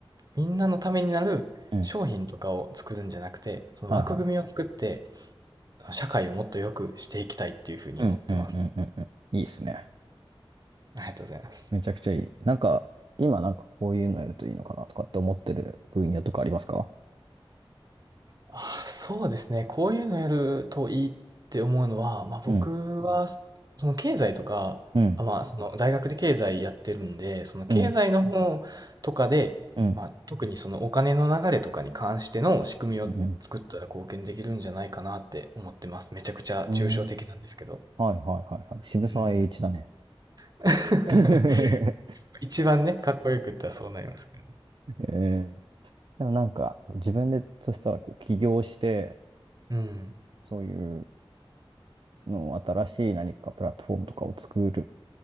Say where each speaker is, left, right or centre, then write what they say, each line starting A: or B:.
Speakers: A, on the right; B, on the right.
A: みんなのためになる商品とかを作るんじゃなくて、
B: うん。
A: その枠組みを作って、
B: はいはい。
A: 社会をもっと良くしていきたいっていうふうに思ってます。
B: うん、うん、うん、うん、うん。いいっすね。
A: ありがとうございます。
B: めちゃくちゃいい。なんか、今なんかこういうのやるといいのかなとかって思ってる分野とかありますか
A: あ、そうですね。こういうのやるといいって思うのは、まあ、僕は、
B: うん、
A: その経済とか、
B: うん、
A: あ、まあ、その大学で経済やってるんで、その経済の方とかで、
B: うん、うん。
A: まあ、特にそのお金の流れとかに関しての仕組みを作ったら貢献できるんじゃないかなって思ってます。
B: うん。
A: めちゃくちゃ抽象的なんですけど。
B: うん。うんはいはいはいはい。渋沢栄一だね。
A: うん。<laughs>
B: <laughs> え
A: 一番ね、かっこよく言ったらそうなりますけど。
B: えでもなんか自分でとしたらこう起業して
A: うん。
B: そういうのを新しい何かプラットフォームとかを作る